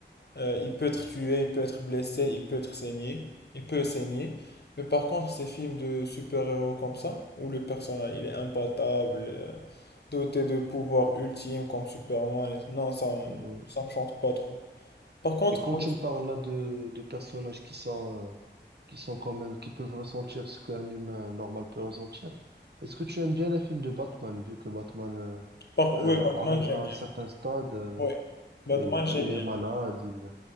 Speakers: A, on the left (about 65°); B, on the right (about 60°).
A: Euh, il peut être tué, il peut être blessé, il peut être saigné, il peut saigner. Mais par contre, ces films de super-héros comme ça, où le personnage il est imbattable, euh, doté de pouvoirs ultimes comme Superman, et- non, ça, me-
B: Oui,
A: ça me chante pas trop. Par contre,
B: Et quand
A: pour
B: tu
A: les-
B: me parles là de, de personnages qui sont, euh, qui sont quand même, qui peuvent ressentir ce qu'un humain normal peut ressentir, est-ce que tu aimes bien les films de Batman, vu que Batman euh,
A: par-
B: euh,
A: oui, Batman,
B: arrive
A: j'aime
B: à
A: bien.
B: un certain stade, euh,
A: Oui, Batman,
B: et
A: j'aime
B: il
A: bien.
B: est malade, il...